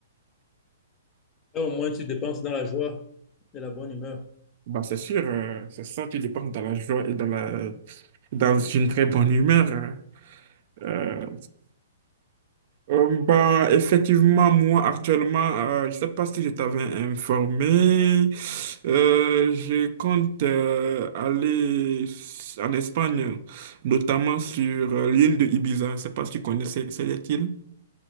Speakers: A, on the left; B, on the right.
A: Eh, au moins, tu dépenses dans la joie et la bonne humeur.
B: Bah, c'est sûr, euh, c'est ça, tu dépenses dans la joie et dans la, dans une très bonne humeur. hein. Euh, Euh, bah, effectivement, moi, actuellement, euh, je ne sais pas si je t'avais informé, euh, je compte euh, aller s- en Espagne, notamment sur euh, l'île de Ibiza. Je ne sais pas si tu connais ce- cette île.